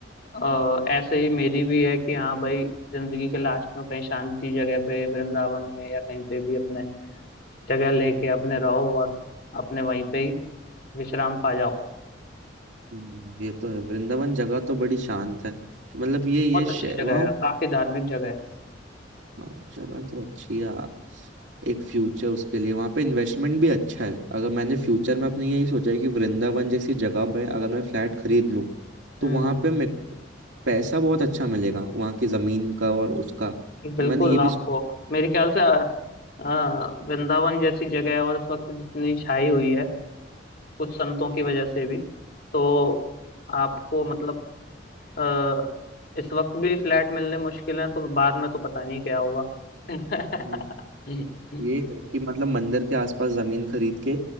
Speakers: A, on the left; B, on the right.
A: अ, ऐसे ही मेरी भी है कि हाँ भाई जिंदगी के लास्ट में कहीं शांति जगह पे वृंदावन में या कहीं पे भी अपने जगह लेके अपने रहो और अपने वहीं पे ही विश्राम पा जाओ
B: हम्म, ये तो है वृंदावन जगह तो बड़ी शांत है मतलब ये
A: बहुत
B: ये
A: अच्छी जगह
B: वहां
A: है काफी धार्मिक जगह है
B: हाँ जगह तो अच्छी है एक फ्यूचर उसके लिए वहां पे इन्वेस्टमेंट भी अच्छा है अगर मैंने फ्यूचर में अपने यही सोचा है कि वृंदावन जैसी जगह में अगर मैं फ्लैट खरीद लूँ तो
A: हम्म
B: वहां पे मैं पैसा बहुत अच्छा मिलेगा वहां की जमीन का और उसका
A: बिल्कुल
B: तो मैंने ये भी
A: आपको
B: सोच-
A: मेरे ख्याल से अ, अ, वृंदावन जैसी जगह है और इस वक्त जितनी छाई हुई है कुछ संतों की वजह से भी तो आपको मतलब अ, इस वक्त भी फ्लैट मिलने मुश्किल है तो बाद में तो पता नहीं क्या होगा <laughs>
B: हम्म ये कि मतलब मंदिर के आसपास जमीन खरीद के